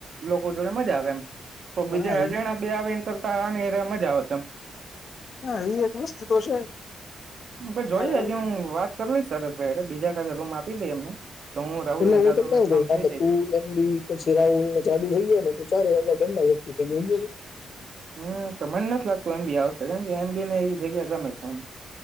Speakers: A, on the right (about 55°); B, on the left (about 55°).
A: લોકો જોડે મજા આવે એમ તો બીજા
B: હા
A: અજાણા બે આવે એન કરતા મજા આવે તે
B: હા એ એક વસ્તુ તો છે.
A: જોઈએ
B: હા એમ
A: હજી હું વાત કરી લઈશ સરસ ભાઈ બીજા કા રૂમ આપી દેય એમને તો હું
B: એટલે
A: રાહુલ ને જાદુ મે ત્રણ થઈ જાય
B: <unintelligible> <inaudible>
A: હમ તો મને નથી લાગતું એમ બી આવશે કેમ કે એમ બી ને એ જગ્યા ગમે એમ